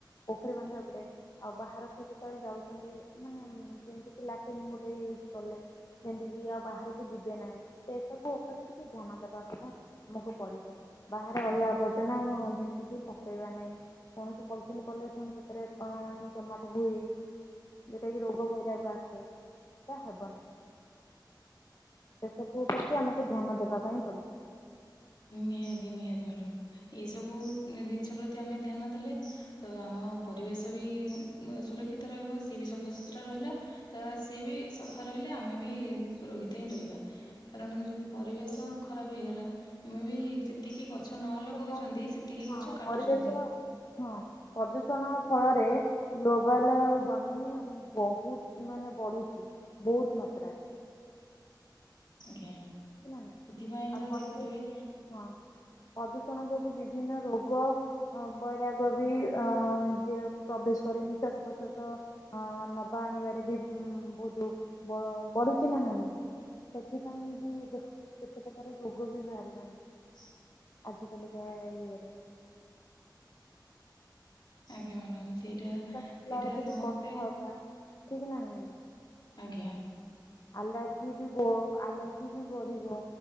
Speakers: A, on the left; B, on the left.
A: ପୋଖରୀ ବନ୍ଧ ଉପରେ। ଆଉ ବାହାରକୁ ଯେତେବେଳେ ଯାଉଛନ୍ତି ମାନେ ଯେମତି କି ଲାଟିନ୍ ଗୋଟେ ୟୁଜ୍ କଲେ। ସେମିତି କିି ଆଉ ବାହାରକୁ ଯିବେ ନାହିଁ ସେ ସବୁ ଉପରେ ଟିକେ ଧ୍ୟାନ ଦେବା ଅଥବା ଆମକୁ ପଡିବ ବାହାରେ ଅଳିଆ ଆବର୍ଜନା ଆମ ଯେମତି କି ପକେଇବା ନାହିଁ। କୌଣସି ପଲିସିିନ କଲେ ପୁଣି ସେଥିରେ ପାଣି ଜମାଟ ହୁଏ। ଯେଉଟା କିି ରୋଗ ବୈରାଗ ଆସେ ସେଇଟା ହେବନି। ସେ ସବୁ ପ୍ରତି ଆମକୁ
B: ଠିକ
A: ଧ୍ୟାନ ଦେବା ପାଇଁ ପଡିବ।
B: ନିହାତି ନିହାତି ଭାବେ ଏଇ ସବୁ ଜିନିଷ ପ୍ରତି ଆମେ ଧ୍ୟାନ ଦେଲେ ତ ଆମ ପରିବେଶ ବି ସୁରକ୍ଷିତ ରହିବ ସିଏ ବି ସଫାସୁତୁରା ରହିଲା। ତ ସିଏ ବି ସଫା ରହିଲେ ଆମେ ବି ସୁରକ୍ଷିତ ହିଁ ରହିବା। କାରଣ ଯଦି ପରିବେଶ ଖରାପ ହେଇଗଲା। ଆମେ ବି ଯେତିକି ଗଛ ନ ଲଗଉଛନ୍ତି
A: ହଁ
B: ସେତିକି
A: ହଁ
B: ଗଛ କାଟୁଛନ୍ତି।
A: ପରିବେଶ ହଁ ପ୍ରଦୂଷଣ ଫଳରେ ଗ୍ଲୋବାଲ ୱାର୍ମିଂ ବହୁତ ମାନେ ବଢୁଛି ବହୁତ ମାତ୍ରାରେ।
B: ଆଜ୍ଞା ସେଥିପାଇଁ
A: ହେଲା ନା ଆଉ
B: ତ
A: ପରିବେଶ
B: ଦେଖୁଥିବେ
A: ହଁ ପ୍ରଦୂଷଣ ଯୋଗୁ ବିଭିନ୍ନ ରୋଗ। ହ ବୈରାଗ ବି ଅ ଇଏ ପ୍ରବେଶ କରେ ନିଶ୍ଵାସ ପ୍ରଶ୍ଵାସ ଅ ନବା ଆଣିବାରେ ବି ବହୁତ ବ ବଢୁଛି ନା ନାଇ। ସେଥିପାଇଁ ବି କେତେ ପ୍ରକାର ରୋଗ ବି ବାହାରିଲାଣି।
B: ହ
A: ଆଜିକାଲିକା ଇଏରେ।
B: ଆଜ୍ଞା ମ୍ୟାଡ଼ାମ ସେଇଟା
A: ନିଶ୍ୱାସ ନେଲା
B: ସେଇଟା
A: ବେଳକୁ
B: ସମସ୍ତେ
A: ବି କଷ୍ଟ ହବା ଠିକ ନା ନାଇଁ।
B: ଆଜ୍ଞା।
A: ଆଲାର୍ଜି ବି ବ ଆଲର୍ଜି ବି ବଢିବ